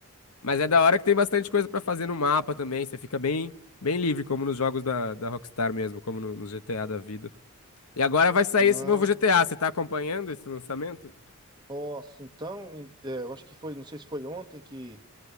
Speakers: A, on the left (about 80°); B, on the right (about 20°).
A: Mas é da hora que tem bastante coisa pra fazer no mapa também, você fica bem, bem livre, como nos jogos da, da Rockstar mesmo, como no, no GTA da vida. E agora vai sair
B: Ah,
A: esse novo GTA, você tá acompanhando esse lançamento?
B: nossa, então, em- é, eu acho que foi, não sei se foi ontem que,